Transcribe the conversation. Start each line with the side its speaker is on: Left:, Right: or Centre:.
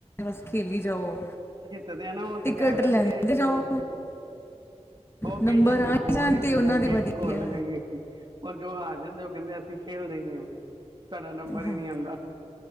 Left: ਬਸ ਖੇਲੀ ਜਾਓ।
Right: ਤਦੇ ਨਾ ਓ ਤੇ
Left: ਟਿਕਟ
Right: ਕੈ ਦੇਣਗੇ
Left: ਲੈਂਦੇ
Right: ਕੀ
Left: ਜਾਓ
Right: ਹੋਰ ਓ
Left: ਨੰਬਰ
Right: ਕ‌ਈ ਜਾਣਗੇ
Left: ਆ
Right: ਹੋਰ
Left: ਹੀ ਜਾਣ
Right: ਇੱਕ
Left: ਤੇ
Right: ਲਗਾਈਏ,
Left: ਉਹਨਾਂ ਦੇ ਵਧੀਆ
Right: ਇੱਕ ਹੋਰ ਲਗਾਈਏ। ਔਰ ਜੋ ਹਾਰ ਜਾਂਦੇ ਓ ਕੈਂਦੇ ਅਸੀਂ ਖੇਲਦੇ ਈ ਨੀ ਹੁਣ, ਸਾਡਾ ਨੰਬਰ ਈ
Left: ਹਾਂ
Right: ਨੀ ਆਂਦਾ।